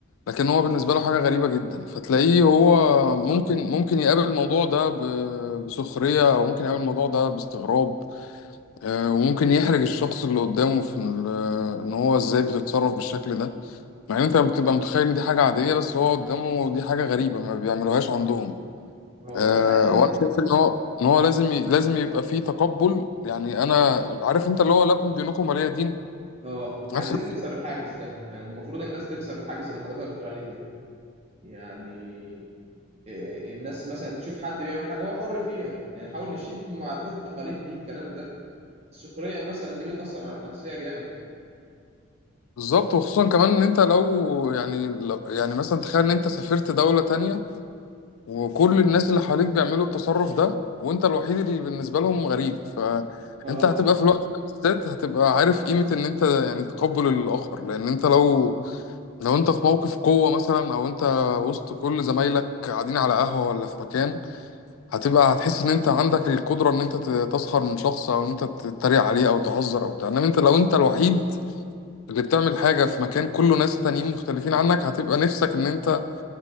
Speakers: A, on the left; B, on the right.
A: لكن هو بالنسبه له حاجه غريبه جدا فتلاقيه هو
B: آه.
A: ممكن ممكن يقابل الموضوع ده ب- بسخريه او ممكن يقابل الموضوع ده باستغراب آه، وممكن يحرج الشخص اللي قدامه في ال- آه، ان هو ازاي بتتصرف بالشكل ده مع ان انت بتبقى متخيل ان دي حاجة عادية بس هو قدامه دي حاجة غريبة ما بيعملوهاش عندهم
B: هو
A: أه
B: احنا عايزين
A: وانا شايف ان هو ان هو لازم ي... لازم يبقى فيه تقبل يعني انا عارف انت اللي هو لكم دينكم ولي دين
B: اه
A: نفس
B: عايزين
A: الفكرة
B: نكسر الحاجز ده يعني المفروض الناس تكسر الحاجز اللي حضرتك بتقول عليه ده يعني إيه، الناس مثلا تشوف حد بيعمل حاجة هو حر فيها يعني نحاول نشيل من عادات التقاليد دي الكلام ده السخرية مثلا دي بتأثر على النفسية جامد
A: بالظبط وخصوصا كمان ان انت لو يعني لو يعني مثلا تخيل ان انت سافرت دولة تانية وكل الناس اللي حواليك بيعملوا التصرف ده وانت الوحيد اللي بالنسبة لهم غريب فانت
B: اه
A: هتبقى في الوقت ده بالذات هتبقى عارف قيمة ان انت يعني تقبل الاخر لان انت لو لو انت في موقف قوة مثلا او انت وسط كل زمايلك قاعدين على قهوة ولا في مكان هتبقى هتحس ان انت عندك القدرة ان انت ت- تسخر من شخص او ان انت تتريق عليه او تهزر او بتاع انما انت لو انت الوحيد اللي بتعمل حاجة في مكان كله ناس تانيين مختلفين عنك هتبقى نفسك ان انت